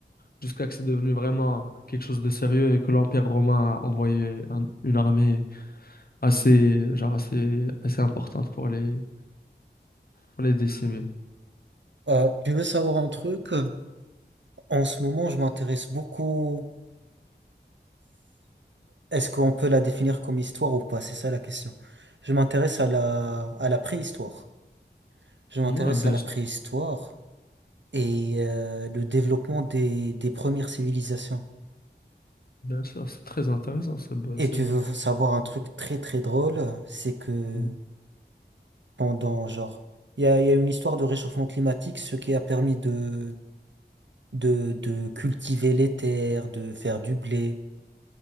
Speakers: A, on the left; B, on the right.
A: Jusqu'à que c'est devenu vraiment quelque chose de sérieux et que l'Empire romain a envoyé un- une armée assez, genre assez, assez importante pour les, pour les décimer.
B: Euh, tu veux savoir un truc? En ce moment, je m'intéresse beaucoup. Est-ce qu'on peut la définir comme histoire ou pas? C'est ça la question. Je m'intéresse à la, à la préhistoire. Je m'intéresse
A: Ouais, bien
B: à la
A: sûr,
B: préhistoire et euh, le développement des, des premières civilisations.
A: bien sûr, c'est très intéressant. ce bo-
B: Et
A: ce
B: tu
A: mo-
B: veux savoir un truc très très drôle, c'est que
A: Mm.
B: pendant, genre, il y a, il y a une histoire de réchauffement climatique, ce qui a permis de, de, de cultiver les terres, de faire du blé.